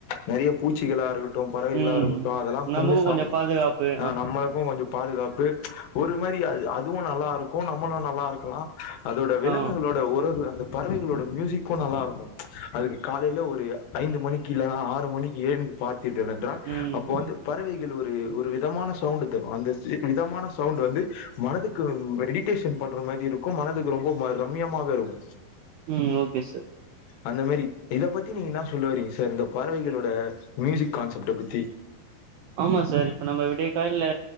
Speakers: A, on the left; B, on the right.
A: நறைய பூச்சிகளா இருக்கட் டு பறவைகளா
B: ம்
A: இருக்கட்டு அதெல்லா
B: நமக்கு
A: கொண்ணு சாப்பிடும்
B: கொஞ்சோ பாதுகாப்பு
A: ஆ நம்ம எப்பவு கொஞ்சம் பாதுகாப்பு ஒரு மாரி அது அதுவு நல்லா இருக்கு நம்முளு நல்லா இருக்கலா அதோட விலங்குகளோட
B: ஆ
A: ஒரு ஒரு அந்த பறவைகளோட மியூசிக்கு நல்லா இருக்கும் அதுக்கு காலைல ஒரு ஐந்து மணிக்கு இலல்லனா ஆறு மணிக்கு எழுந்து பாத் திர்கள் என்றால்
B: ம்
A: அப்போ வந்து பறவைகள் ஒ ரு ஒரு விதமான சவுண்ட் தரு அந்த விதமான சவுண்ட் வந்து மனதுக்கு மெடிடேஷன் பண்ற மாரி இருக் க்கும் மனதுக்கு ரொம்பவே ரம்யமாக இருக்கு
B: ம் ஓகே சார்
A: அந்த மாரி இத பத்தி நீங்க என்னா சொல்ல வரீங்க சார் இந்த பறவைகளோட மியூசிக் கான்செப்ட பத்தி
B: ஆமா சார் இப்ப நம்ம விடியக் காலைல